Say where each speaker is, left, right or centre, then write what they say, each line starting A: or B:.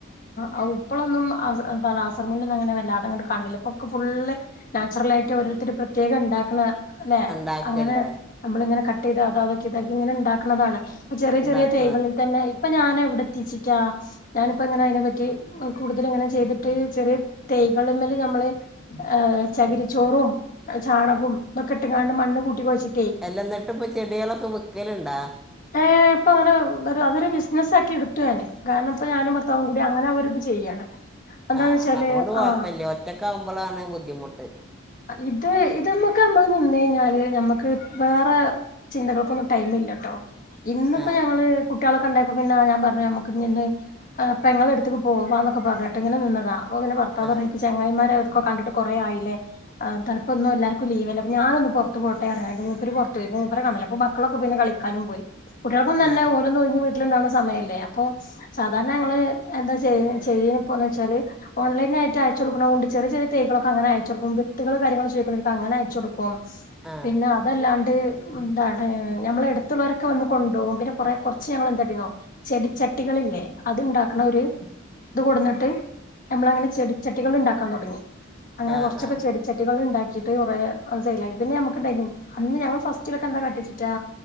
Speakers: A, on the left; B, in the centre.
A: ആ ഇപ്പളൊന്നും അസം അസർ മുല്ലന്നും അങ്ങനെ വല്ലാത അങ്ങോട്ട് കാണില്ല ഇപ്പൊ ഫുള്ള് നാച്ചുറൽ ആയിട്ട് ഓരോരുത്തർ പ്രത്യേകം ഉണ്ടാക്കണ അല്ലെ
B: ഉണ്ടാക്കല്ലേ
A: അങ്ങനെ നമ്മൾ ഇങ്ങനെ കട്ട് ചെയ്ത അതൊക്കെ ഇതാക്കി ഇങ്ങനെ ഉണ്ടാക്കുന്നതാണ് ഇപ്പൊ ചെറിയ
B: ഉണ്ടാക്കണ
A: ചെറിയ തൈകൾ തന്നെ ഇപ്പൊ ഞാൻ എവിടെ എത്തിച്ചക്കാ ഞാനിപ്പോ ഇങ്ങനെ അതിനെ പറ്റി കൂടുതൽ ഇങ്ങനെ ചെയ്തിട്ട് ചെറിയ തൈകൾ മലിൽ നമ്മൾ ഏ ചകിരിച്ചോറും ചാണകവും ഒതൊക്കെ ഇട്ടുംങ്ങാണ്ട് മണ്ണ് കൂട്ടി കൊയ്ച്ച്
B: എല്ല എന്നിട്ട് ഇപ്പൊ ചെടികളൊക്കെ വിൽക്കലുണ്ടാ
A: ഏഹ ഇപ്പൊ അങ്ങനെ ഒരു അതൊരു ബിസിനസ്സ് ആക്കി എടുത്തു ഞാൻ കാരണം ഇപ്പൊ ഞാനും ഭത്താവും കൂടി അങ്ങനെ ഒരു ചെയ്യാണ് എന്താന്ന്
B: ആഹ്
A: വെച്ചാല്
B: അതുകൊണ്ട് കുഴപ്പമില്ല
A: ആ
B: ഒറ്റക്കെ ആവുമ്പോഴാണ് ബുദ്ധിമുട്ട്
A: ഇത് ഇതമ്മക്കെ നമ്മൾ നിന്ന് കഴിഞ്ഞാൽ നമ്മുക്ക് വേറെ ചിന്തകൾക്കൊന്നും ടൈം ഇല്ലട്ടോ ഇന്നിപ്പോ
B: ആ
A: ഞങ്ങൾ കുട്ടികളെ കണ്ടപ്പോ പിന്നെ ഞാൻ പറഞ്ഞു നമ്മക്ക് ഇന്ന് പെങ്ങളെ അടുത്തുക്ക് പോവാന്നൊക്കെ പറഞ്ഞിട്ട് ഇങ്ങനെ നിന്നതാ അപ്പൊ പിന്നെ ഭർത്താവ്
B: ആ
A: പറഞ്ഞു എനിക്ക് ചങ്ങായിമാരെ കണ്ടിട്ട് കുറെ ആയില്ലേ ആ തണുപ്പൊന്നും എല്ലാർക്കും ലീവല്ല ഞാനൊന്നും പുറത്ത് പുറത്ത് പോട്ട മൂപ്പർ പുറത്ത് പോയി മൂപ്പരെ കണ്ടില്ല അപ്പൊ മക്കളൊക്കെന്നെ കളിക്കാനും പോയി കുട്ടികൾക്കും തന്നെ
B: ആ ആ
A: ഓലെന്നും വീട്ടിലിണ്ടാണ സമയല്ലേ അപ്പൊ സാധാരണ ഞങ്ങള് എന്താ ചെയ്യ ചെയ്യണപ്പോന്ന് വെച്ചാല് ഓൺലൈനായിട്ട് അയച്ച് കൊടുക്കുന്ന കൊണ്ട് ചെറിയ ചെറിയ തേകളൊക്കെ അങ്ങനെ അയച്ച് കൊടുക്കും വിത്തുകൾ കാര്യങ്ങളും ചോയ്ക്കുന്നൊക്കെ അങ്ങനെ അയച്ച് കൊടുക്കും
B: ആ
A: പിന്നെ അതല്ലാണ്ട് എന്താണ് ഞമ്മള് എടുത്തുള്ളവരക്കെ വന്ന് കൊണ്ടോകും പിന്നെ കൊറെ കൊറച്ച് ഞങ്ങള് എന്തെടുന്നോ ചെടിച്ചട്ടികളല്ലേ അത്ണ്ടാക്കണ ഒരു ഇത് കൊടുന്നിട്ട് നമ്മളങ്ങനെ ചെടിച്ചട്ടികള് ഇണ്ടാക്കാൻ തുടങ്ങി അങ്ങനെ
B: ആ ആ
A: കുറച്ചൊക്കെ ചെടി ചട്ടികൊണ്ട് ഇണ്ടാകിട്ട് കുറെ ചെയലാക്കി പിന്നെ ഞമ്മക്ണ്ടായിരുന്നു അന്ന് ഞങ്ങള് ഫസ്റ്റിലൊക്കെ എന്താ കാട്ടിച്ചിട്ടാ.